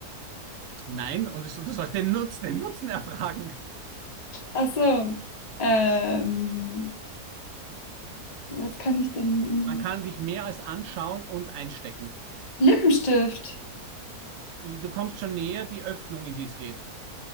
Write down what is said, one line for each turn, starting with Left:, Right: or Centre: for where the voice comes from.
Right: Nein, und du, du sollst <laughs> den Nutzen, den Nutzen erfragen.
Left: Ach so. Ähm, was kann ich denn?
Right: Man kann dich mehr als anschauen und einstecken.
Left: Lippenstift?
Right: Die- Du kommst schon näher die Öffnung, in die es geht.